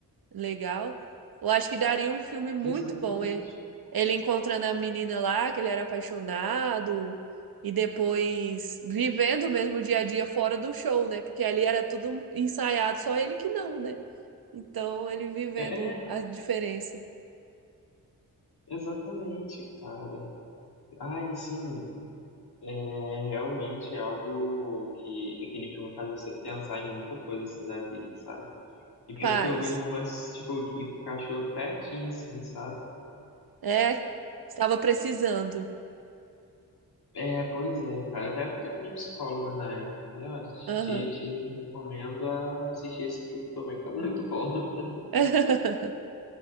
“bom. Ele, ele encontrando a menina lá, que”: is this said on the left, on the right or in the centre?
Right